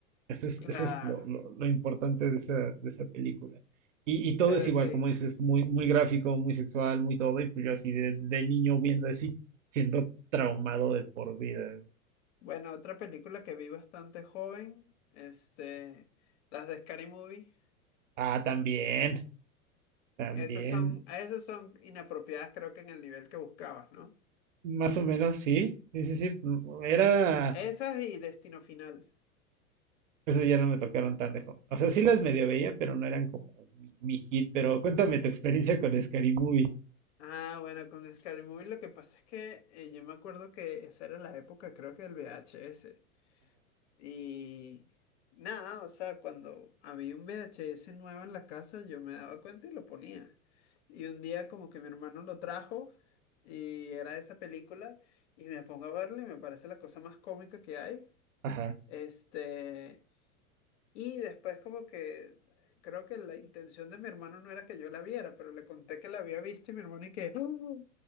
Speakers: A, on the right; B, on the left.
A: Eso es,
B: claro.
A: eso es lo, lo- lo importante de esa, de esa película. Y, y todo
B: Pero
A: es igual,
B: sí.
A: como dices, muy, muy gráfico, muy sexual, muy todo. Y pues yo así de, de niño viendo eso y siendo traumado de por vida.
B: Bueno, otra película que vi bastante joven, este, las de Scary Movie.
A: Ah, también, también,
B: Esas son, esas son inapropiadas, creo que en el nivel que buscabas, ¿no?
A: más o menos, sí, sí, sí, sí. mm, Era,
B: Esas y Destino Final.
A: eso ya no me tocaron tan de joven. O sea, sí las medio veía, pero no eran como mi, mi hit. Pero cuéntame tu experiencia con Scary Movie.
B: Ah, bueno, con Scary Movie lo que pasa es que eh, yo me acuerdo que esa era la época, creo que del VHS. Y nada, o sea, cuando había un VHS nuevo en la casa, yo me daba cuenta y lo ponía. Y un día como que mi hermano lo trajo y era esa película y me pongo a verla y me parece la cosa más cómica que hay.
A: ajá,
B: Este, y después como que creo que la intención de mi hermano no era que yo la viera, pero le conté que la había visto y mi hermano y que, "Oh",